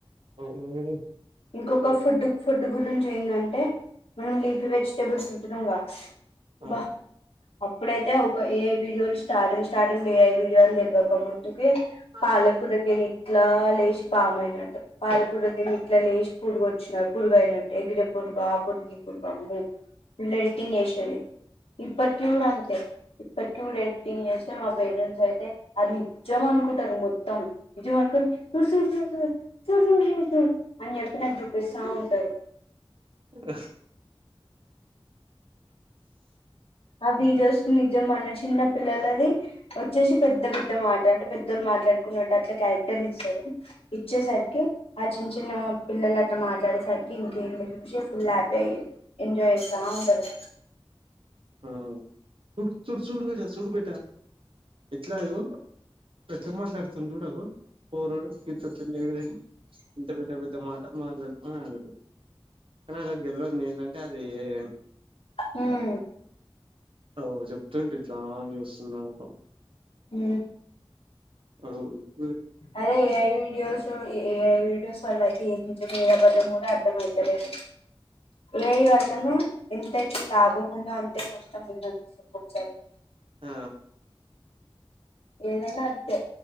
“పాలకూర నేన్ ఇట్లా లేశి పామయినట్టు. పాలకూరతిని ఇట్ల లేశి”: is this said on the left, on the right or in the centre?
Left